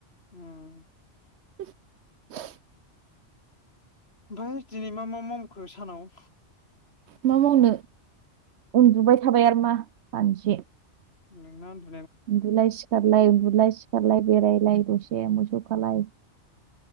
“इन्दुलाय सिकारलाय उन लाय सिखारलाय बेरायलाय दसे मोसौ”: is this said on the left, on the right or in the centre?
Right